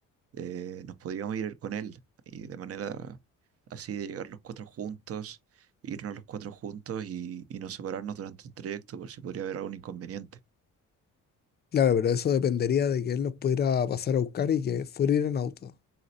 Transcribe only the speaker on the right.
eh, nos podríamos ir con él y de manera así de llegar los cuatro juntos, irnos los cuatro juntos y, y no separarnos durante el trayecto por si podría haber algún inconveniente.